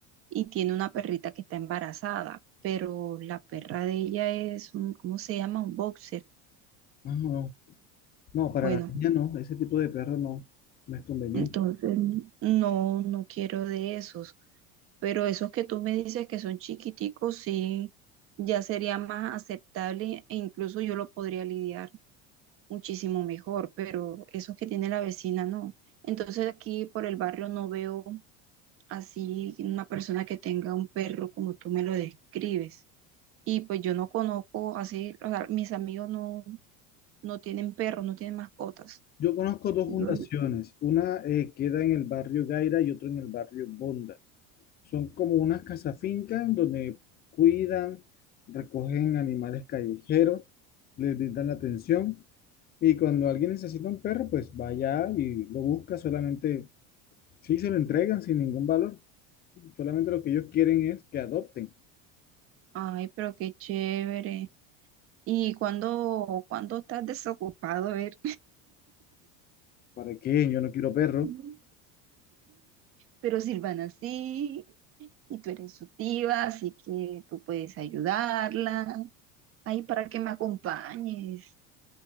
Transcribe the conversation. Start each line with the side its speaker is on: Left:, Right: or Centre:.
Right: y tiene una perrita que está embarazada, pero la perra de ella es un, ¿cómo se llama? Un boxer.
Left: No, no, no, No, para
Right: Bueno,
Left: la niña no, ese tipo de perro no, no es conveniente.
Right: entonces no, no quiero de esos, pero esos que tú me dices que son chiquiticos, sí, ya sería más aceptable e incluso yo lo podría lidiar muchísimo mejor, pero esos que tiene la vecina no. Entonces aquí por el barrio no veo así una persona que tenga un perro como tú me lo describes. Y pues yo no conozco así, o sea, mis amigos no, no tienen perros, no tienen mascotas.
Left: Yo conozco dos
Right: Yo,
Left: fundaciones, una eh, queda en el barrio Gaira y otra en el barrio Bonda. Son como unas casafincas donde cuidan, recogen animales callejeros, les brindan la atención. Y cuando alguien necesita un perro, pues va allá y lo busca solamente, sí se lo entregan sin ningún valor, solamente lo que ellos quieren es que adopten.
Right: Ay, pero qué chévere. ¿Y cuándo, cuándo estás desocupado? A ver.
Left: ¿Para qué? Yo no quiero perro.
Right: <laughs> Pero Silvana sí, y tú eres su tía, así que tú puedes ayudarla. Ay, para que me acompañes,